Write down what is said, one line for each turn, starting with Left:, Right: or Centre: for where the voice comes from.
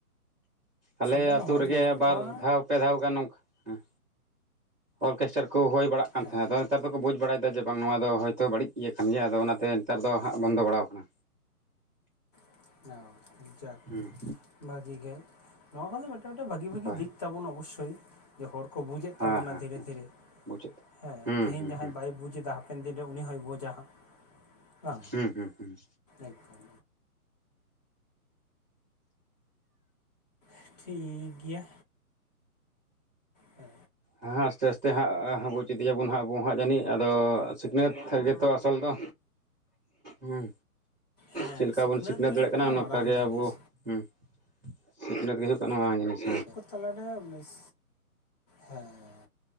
Centre: ᱟᱞᱮ
Left: ᱜᱟᱱ
Centre: ᱟᱹᱛᱩ
Left: ᱦᱚᱲ
Centre: ᱨᱮᱜᱮ
Left: ᱢᱮᱱᱟᱜ
Centre: ᱵᱟᱨ
Left: ᱠᱚᱣᱟ
Centre: ᱫᱷᱟᱣ ᱯᱮ ᱫᱷᱟᱣ ᱜᱟᱱ ᱱᱚᱝᱠᱟ ᱦᱮᱸ ᱚᱨᱠᱮᱥᱴᱟᱨ ᱠᱚ ᱦᱩᱭ ᱵᱟᱲᱟᱜ ᱠᱟᱱ
Left: ᱦᱮᱸ
Centre: ᱛᱟᱦᱮᱸᱫ ᱟᱫᱚ ᱱᱮᱛᱟᱨ ᱫᱚᱠᱚ ᱵᱩᱡᱽ ᱵᱟᱲᱟᱭᱫᱟ ᱡᱮ ᱵᱟᱝ ᱱᱚᱣᱟ ᱫᱚ ᱦᱳᱭᱛᱚ ᱵᱟᱹᱲᱤᱡ ᱤᱭᱟᱹ ᱠᱟᱱ ᱜᱮᱭᱟ ᱟᱫᱚ ᱚᱱᱟᱛᱮ ᱱᱮᱛᱟᱨ ᱫᱚ ᱦᱟᱸᱜ ᱵᱚᱱᱫᱚ ᱵᱟᱲᱟᱣ ᱠᱟᱱᱟ᱾
Left: ᱚ <unintelligible>
Centre: ᱦᱩᱸ
Left: ᱵᱷᱟᱜᱤ ᱜᱮ ᱱᱚᱣᱟ ᱠᱚᱫᱚ ᱢᱤᱫᱴᱟᱝ ᱢᱤᱫᱴᱟᱝ ᱵᱷᱟᱹᱜᱤ ᱵᱷᱟᱹᱜᱤ
Centre: ᱦᱳᱭ
Left: ᱫᱤᱠ ᱛᱟᱵᱚᱱ ᱚᱵᱚᱥᱥᱳᱭ ᱡᱮ ᱦᱚᱲ ᱠᱚ ᱵᱩᱡᱮᱜ
Centre: ᱦᱮᱸ
Left: ᱛᱟᱵᱚᱱᱟ
Centre: ᱦᱮᱸ
Left: ᱫᱷᱤᱨᱮ ᱫᱷᱤᱨᱮ
Centre: ᱵᱩᱡᱮᱫ
Left: ᱦᱮᱸ
Centre: ᱦᱩᱸ
Left: ᱛᱮᱦᱮᱧ
Centre: ᱦᱩᱸ
Left: ᱡᱟᱦᱟᱸᱭ
Centre: ᱦᱩᱸ
Left: ᱵᱟᱭ ᱵᱩᱡᱽ ᱮᱫᱟ ᱦᱟᱯᱮᱱ ᱫᱤᱱᱨᱮ ᱩᱱᱤ ᱦᱚᱸᱭ ᱵᱩᱡᱽ ᱡᱟ ᱦᱟᱸᱜ ᱵᱟᱝ
Centre: ᱦᱩᱸ ᱦᱩᱸ ᱦᱩᱸ
Left: ᱮᱠᱫᱚᱢ ᱦᱮᱸ ᱴᱷᱤᱠ ᱜᱮᱭᱟ ᱦᱮᱸ
Centre: ᱦᱮᱸ ᱟᱥᱛᱮ ᱟᱥᱛᱮ ᱦᱟᱸᱜ ᱵᱩᱪ ᱤᱫᱤᱭᱟᱵᱚᱱ ᱦᱟᱸᱜ ᱟᱵᱚ ᱦᱟᱸᱜ ᱡᱟᱹᱱᱤᱡ ᱟᱫᱚ ᱥᱤᱠᱷᱱᱟᱹᱛ ᱜᱮᱛᱚ ᱟᱥᱚᱞ ᱫᱚ ᱦᱮᱸ
Left: ᱦᱮᱸ
Centre: ᱪᱮᱫᱞᱮᱠᱟ ᱵᱚᱱ ᱥᱤᱠᱷᱱᱟᱹᱛ
Left: ᱜᱮ
Centre: ᱫᱟᱲᱮᱭᱟᱜ
Left: ᱦᱩᱭᱩᱜ
Centre: ᱠᱟᱱᱟ
Left: ᱢᱟᱨᱟᱝ
Centre: ᱚᱱᱠᱟᱜᱮ
Left: ᱡᱤᱱᱤᱥ
Centre: ᱟᱵᱚ ᱦᱩᱸ ᱥᱤᱠᱷᱱᱟᱹᱛ ᱜᱮ ᱦᱩᱭᱩᱜ ᱠᱟᱱᱟ ᱢᱟᱨᱟᱝ ᱡᱤᱱᱤᱥ
Left: <unintelligible> ᱠᱚ ᱛᱟᱦᱞᱮ ᱚᱱᱮ ᱢᱮᱥ ᱦᱮᱸ